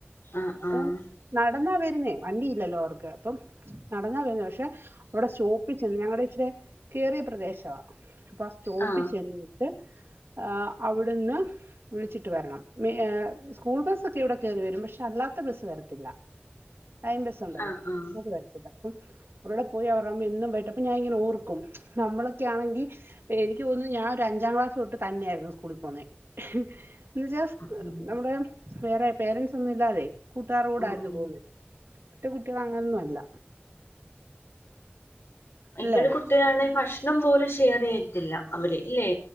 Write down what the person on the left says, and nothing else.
ആ ആ ആ
ആഹ്
ആഹ് ആഹ്
ആഹ് ആഹ്
ആഹ് ഉം
ഇപ്പഴ ഒരു കുട്ടികളാണ്ഈ ഭക്ഷണം പോലും ഷെയർ ചെയ യ്യത്തില്ല അവര് ഇല്ലേ